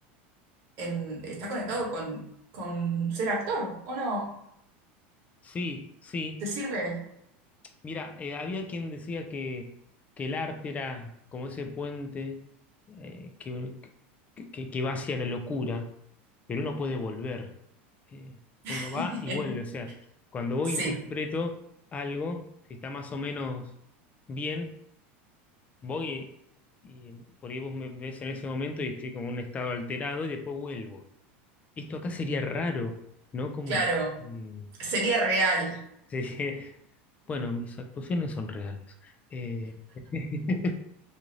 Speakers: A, on the right; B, on the left.
A: en, está conectado con, con ser actor, ¿o no?
B: Sí, sí.
A: ¿Te sirve?
B: Mira, eh, había quien decía que, que el arte era como ese puente eh, que, que- que va hacia la locura, pero uno puede volver. Eh, uno
A: <laughs>
B: va y vuelve. O sea, cuando voy
A: Sí,
B: interpreto algo, si está más o menos bien, voy y, y por ahí vos me ves en ese momento y estoy como en un estado alterado y después vuelvo. Esto acá sería raro, ¿no? Como...
A: claro,
B: mm, <laughs>
A: sería real.
B: Sí, Bueno, mis actuaciones son reales. Eh, <laughs>